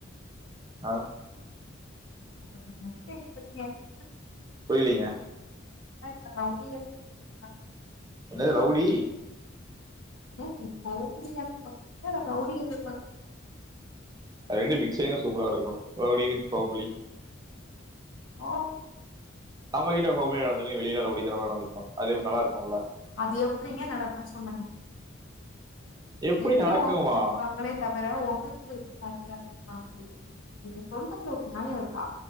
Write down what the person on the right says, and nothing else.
ஆ
புரீலீங்க
என்னது ரவுடீ
அது ரெண்டுயூ மிக்சாயிருந்தா சூப்பரா இருந்திரூக்கூ ரவ்டீ வித் ஹோம்லி
நம்ம கிட்ட ஹோமிலியா நடந்துக்க வெளியில ரவுடி தனமா நடந்துக்னோ அது எப் நல்லாருக்குமுல்ல
எப்படி
நடக்குமா?